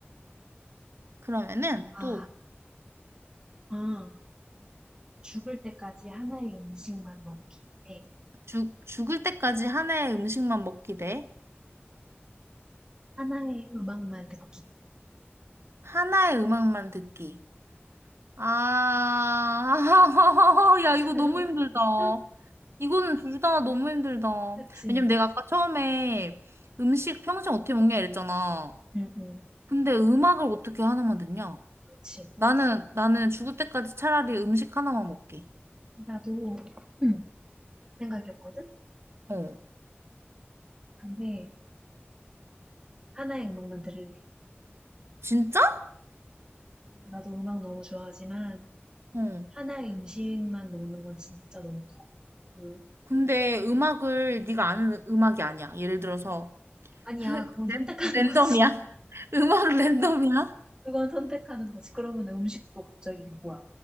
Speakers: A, on the right; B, on the right.
A: 그러면은
B: 아,
A: 또
B: 음, 죽을 때까지 하나의 음식만 먹기 대와
A: 죽, 죽을 때까지 한 해의 음식만 먹기 대
B: 하나의 음악만 듣기.
A: 하나의 음악만 듣기. 아, <laughs> 야,
B: <laughs>
A: 이거 너무 힘들다. 이거는 둘 다 너무 힘들다.
B: 그치.
A: 왜냐면 내가 아까 처음에 음식 평생 어떻게 먹냐 이랬잖아.
B: 응, 응,
A: 근데 음악을 어떻게 하나만 듣냐?
B: 그치.
A: 나는, 나는 죽을 때까지 차라리 음식 하나만 먹게.
B: 나도 응. 그 생각이었거든?
A: 어.
B: 근데 하나의 음악만 들을래.
A: 진짜?
B: 나도 음악 너무 좋아하지만
A: 어.
B: 하나의 음식만 먹는 건 진짜 너무 커. 그,
A: 근데 음악을 네가 아는 음악이 아니야. 예를 들어서
B: 아니야, 그건
A: 랜,
B: 선택하는
A: 랜덤이야.
B: 거지. <laughs>
A: <laughs> 음악 랜덤이야?
B: 그건 선택하는 거지. 그러면 음식도 갑자기 그거야.